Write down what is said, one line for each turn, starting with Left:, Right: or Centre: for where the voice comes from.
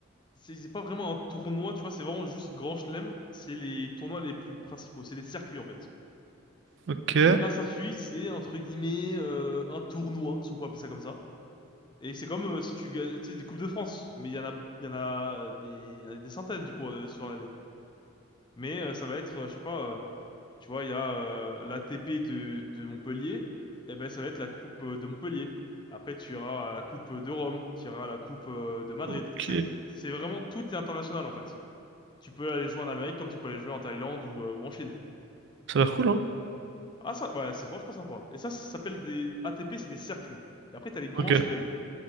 Left: c'est c'est pas vraiment un tournoi, tu vois, c'est vraiment juste Grand Chelem, c'est les tournois les plus principaux, c'est les circuits en fait.
Right: Ok.
Left: Et un circuit, c'est entre guillemets euh, un tournoi, si on peut appeler ça comme ça. Et c'est comme euh, si tu gagnes, tu sais, des Coupes de France, mais il y en a, il y en a des, il y en a des centaines du coup euh, sur l'année. Mais euh, ça va être, euh, je sais pas, euh, tu vois, il y a euh, l'ATP de, de Montpellier, et ben ça va être la Coupe euh, de Montpellier. Après, tu iras à la Coupe de Rome, tu iras à la Coupe euh, de Madrid,
Right: Ok.
Left: tu sais. C'est vraiment tout est international en fait. Tu peux aller jouer en Amérique comme tu peux aller jouer en Thaïlande ou, euh, ou en Chine.
Right: Ça a l'air cool, hein?
Left: Ah ça, bah, c'est franchement sympa. Et ça, ça s'appelle des ATP, c'est des circuits. Et après, t'as les grands
Right: Ok.
Left: chelems.